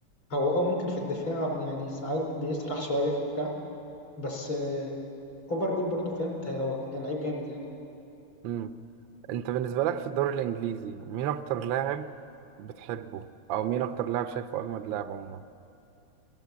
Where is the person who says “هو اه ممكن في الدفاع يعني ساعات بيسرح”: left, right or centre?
Left